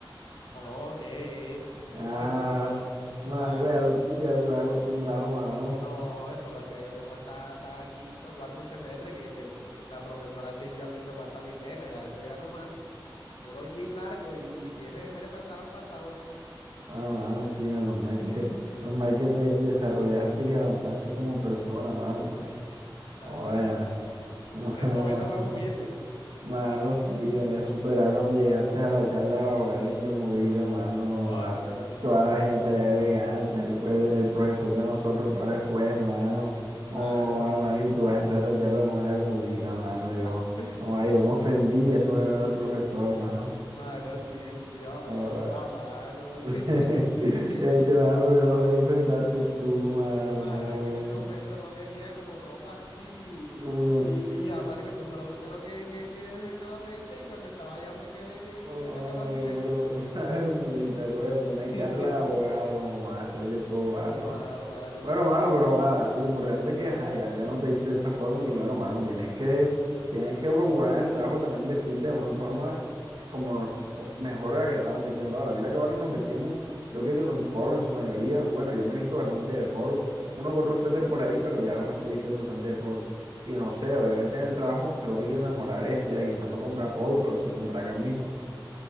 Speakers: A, on the left; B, on the right.
A: No, ¿qué?
B: Ah,
A: No, eso, eso,
B: mano,
A: hermano,
B: igual ya
A: no.
B: tú, ya tú estás acostumbrado, mano.
A: No, eso lo hacía yo como hasta, hasta quinto, cuarto semestre, que, que la profesora Silvia me hizo pasar mi pena, ya eso ya no más. Puro jean largo y, y si es necesario pantalón, pantalón.
B: Ah, mano, sí, menos mal que, menos mal que te desarrollaste y avanzaste como persona, mano, porque
A: Mano,
B: Oye,
A: sí, sí.
B: mano,
A: Es un momento más humilde.
B: <laughs> mano, sí, yo no iba a superar cuando llegaste a la charla laboral en Bermudita, mano.
A: Oh,
B: a
A: mano, sí,
B: toda la
A: man.
B: gente allá elegante, el, el- el profesor de nosotros que ahora es juez, mano. Oh,
A: Mano, sí.
B: mano, y tú vas a entrar a esa charla en una Bermudita, mano.
A: <laughs>
B: Yo, ay, yo me ofendí, eso que no era el profesor, mano.
A: Mano, sí, sí, oh, mano,
B: Joda.
A: oh, mano.
B: <laughs> Eche,
A: <laughs>
B: mano, pero yo no sé qué pensaste tú, mano.
A: Mano, es que en ese momento no tenía como ropa así
B: Mm.
A: y, y ya, mano, y me puse lo primero que, que, que se me vino a la mente y cuando estaba allá fue que, que,
B: Oh,
A: que recapacité.
B: mano, pero una <laughs> una bermudita, coño, una
A: <laughs>
B: charla de abogados, mamá, se hace todo barro,
A: Oh,
B: mano.
A: ah, mano,
B: Bueno,
A: sí,
B: mano,
A: sí,
B: pero
A: te voy a
B: ah,
A: formar.
B: lo importante es que ajá, ya, ya no te diste de esa forma y bueno, mano, tienes que, tienes que procurar en el trabajo también vestirte de una forma como, como mejor de la que estamos vistiendo ahora. Mira que ahora nos vestimos, creo que en polo en su mayoría. Bueno, yo me he visto bastante de polo, uno con otro suéter por ahí, pero ya me estoy vistiendo bastante de polo. Y no sé, obviamente en el trabajo creo que hay que mejorar eso, ya quizás no comprar polo, pero sí comprar camisas